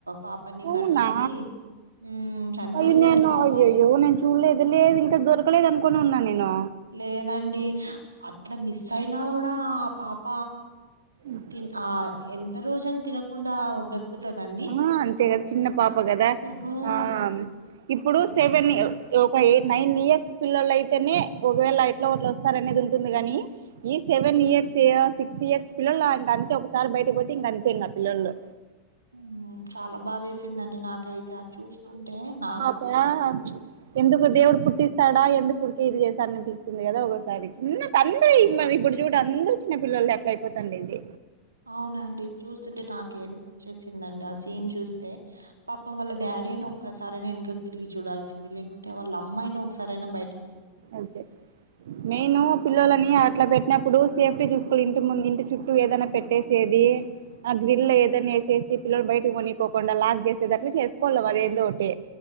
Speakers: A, on the right (about 80°); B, on the right (about 60°).
A: పాపని
B: అవునా
A: కరిచేసి హ్మ్. చనిపోయిందండి
B: అయ్యో నేను
A: పాప.
B: అయ్యయ్యో నేన్ చూడలేదు లేదు ఇంకా దొరకలేదు అనుకోనే ఉన్న నేను
A: లేదండి అట్ల మిస్ అయినా కూడా ఆ పాప
B: మ్
A: ఇంక్ ఆ ఎంత రోజని తినకుండా ఉండద్ ఎకుతదండి
B: ఆ అంతే కదా చిన్న పాప కదా
A: హ్మ్.
B: ఆమ్ ఇప్పుడు సెవెన్ ఒక ఎయిట్ నైన్ ఇయర్స్ పిల్లొల్లు అయితేనే ఒకవేళ ఎట్లో ఒగట్ల వస్తారనేది ఉంటుంది గాని ఈ సెవెన్ ఇయర్స్, సిక్స్ ఇయర్స్ పిల్లోల్లు ఇంక అంతే ఒకసారి బయటపోతే ఇంక అంతే ఆ పిల్లోల్లు
A: మ్ చాలా బాధేసిందండి నాకైతే అది చూస్తుంటే నా
B: యా ఎందుకు దేవుడు పుట్టిస్తాడా ఎందుకు ఊరికే ఇది చేస్తాడ అనిపిస్తుంది కదా ఒగోసారి చిన్న తండ్రి ఈమ్మది ఇబ్బుడు చూడు అందరు చిన్న పిల్లొల్లే అట్ల అయిపోతాన్నింది
A: అవునండి చూస్తుంటే నాకు ఏడుపు వచ్చేసిందండి ఆ సీన్ చూస్తే పాపం వాళ్ల డాడి ను ఒక్కసారైనా వెనకకి తిరిగి చూడాల్సింది లేకుంటే వాళ్ళ అమ్మాయినా ఒకసారైనా బయట
B: అదే నేను
A: అసలు
B: పిల్లొల్లని అట్లా పెట్ చిన్నప్పుడు సేఫ్టీ చూసుకోని ఇంటి ముందు ఇంటి చుట్టూ ఏదైనా పెట్టేసేది ఆ గ్రిల్ ఏదన్న ఏసేసి పిల్లలు బయటకి పోనికోకుండా లాక్ చేసేదట్ల చేసుకోవల్ల వాళ్ళు ఏదో ఒకటి